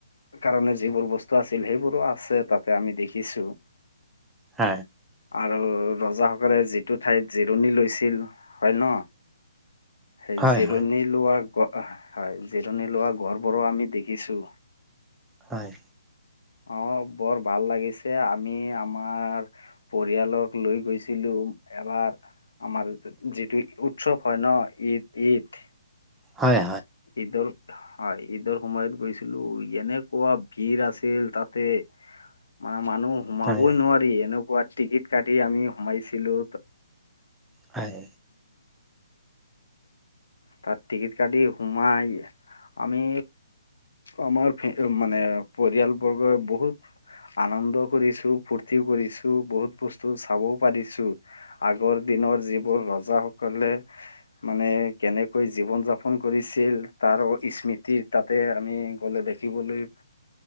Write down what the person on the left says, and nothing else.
কাৰণে যিবোৰ বস্তু আছিল সেইবোৰো আছে তাতে আমি দেখিছো
আৰু ৰজাসকলে যিটো ঠাইত জিৰণি লৈছিল হয় ন সেই
জিৰণি
লোৱা হয়, জিৰণি লোৱা গড়বোৰো আমি দেখিছোঁ।
অহ' বৰ ভাল লাগিছে, আমি আমাৰ পৰিয়ালক লৈ গৈছিলোঁ। এবাৰ আমাৰ যিটো উৎসৱ হয় ন ঈদ। ঈদ,
ঈদৰ। হয় ঈদৰ সময়ত গৈছিলোঁ, এনেকুৱা ভিৰ আছিল তাতে। মা। মানুহ সোমাবই
নোৱাৰি, এনেকুৱা টিকিট কাটি আমি সোমাইছিলো।
তাত টিকিট কাটি সোমাই আমি আমাৰ, ফে মানে পৰিয়ালবৰ্গই বহুত আনন্দ কৰিছোঁ ফূৰ্তিও কৰিছোঁ বহুত বস্তু চাবও পাৰিছোঁ, আৰু আগৰ দিনৰ যিবোৰ ৰজাসকলে মানে কেনেকৈ জীৱন যাপন কৰিছিল, তাৰো স্মৃতি তাতে আমি গ'লে দেখিবলৈ